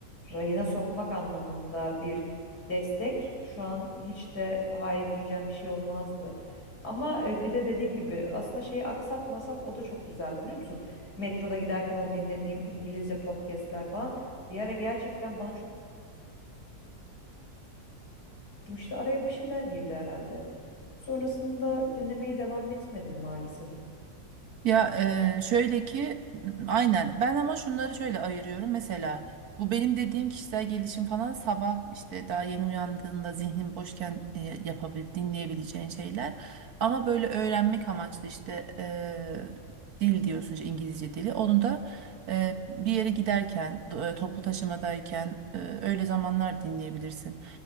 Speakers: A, on the left; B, on the right.
A: rayına sokmak anlamında bir destek şu an hiç de hayır diyeceğim bir şey olmazdı. Ama e, bir de dediğim gibi aslında şeyi aksatmasam o da çok güzeldi biliyor musun? Metroda giderken o dinlediğim İngilizce podcastler falan bir ara gerçekten bana çok işte araya bir şeyler girdi herhalde. Sonrasında dinlemeye devam etmedim maalesef.
B: Ya eee, şöyle ki aynen ben ama şunları şöyle ayırıyorum mesela bu benim dediğim kişisel gelişim falan sabah işte daha yeni uyandığında zihnin boşken eee yapabil dinleyebileceğin şeyler ama böyle öğrenmek amaçlı işte eee, dil diyorsun işte İngilizce dili onu da eee, bir yere giderken do- eee, toplu taşımadayken eee, öyle zamanlar dinleyebilirsin.